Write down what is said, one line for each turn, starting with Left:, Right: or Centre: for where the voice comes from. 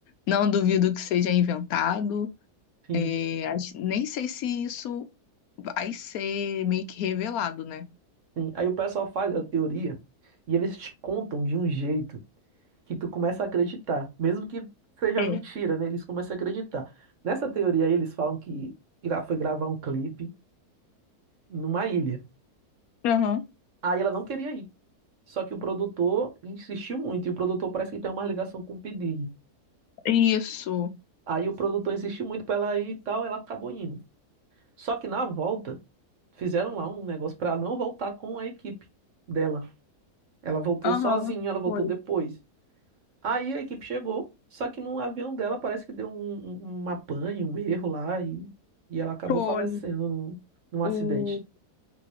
Left: Não duvido que seja inventado.
Right: sim,
Left: É, acho- nem sei se isso vai ser meio que revelado, né?
Right: sim. Aí o pessoal faz a teoria e eles te contam de um jeito que tu começa a acreditar, mesmo que seja
Left: É.
Right: mentira, né? Eles começam a acreditar. Nessa teoria aí, eles falam que ela foi gravar um clipe numa ilha.
Left: Aham.
Right: Aí ela não queria ir. Só que o produtor insistiu muito, e o produtor parece que tem uma ligação com o P. Diddy.
Left: Isso.
Right: Aí o produtor insistiu muito pra ela ir e tal, ela acabou indo. Só que na volta, fizeram lá um negócio pra não voltar com a equipe dela. Ela voltou
Left: Aham,
Right: sozinha, ela voltou
Left: foi.
Right: depois. Aí a equipe chegou, só que no avião dela parece que deu um, um- um apanho, um erro lá e, e ela acabou
Left: Foi.
Right: falecendo num, num acidente.
Left: O,